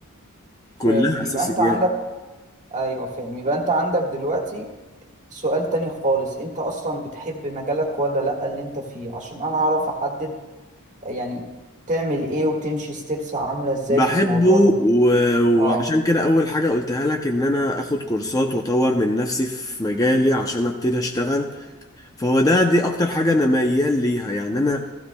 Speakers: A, on the right; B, on the left.
A: فاهم
B: كلها
A: يبقى
B: أساسيات
A: انت عندك ايوه فاهم يبقى انت عندك دلوقتي سؤال تاني خالص انت اصلا بتحب مجالك ولا لا اللي انت فيه عشان انا اعرف احدد يعني تعمل ايه وتمشي ستيبس عاملة ازاي
B: بحبه
A: في الموضوع ده
B: و- وعشان
A: اه
B: كده اول حاجة قلتها لك ان انا اخد كورسات واطور من نفسي في مجالي عشان ابتدي اشتغل فهو ده دي اكتر حاجة انا ميال ليها يعني انا